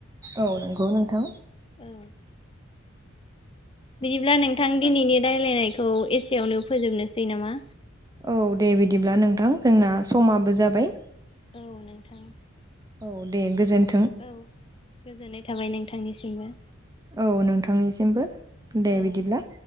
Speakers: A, on the right; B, on the left.
A: औ नंगौ नोंथां।
B: औ। बिदिब्ला नोंथां दिनैनि रायलायनायखौ एसेवनो फोजोबनोसै नामा?
A: औ दे बिदिब्ला नोंथां जोंना समाबो जाबाय।
B: औ नोंथां।
A: औ दे गोजोन
B: औ गोजोननाय थाबाय नोंथांनिसिमबो।
A: औ नोंथांनिसिमबो दे
B: औ
A: बिदिब्ला।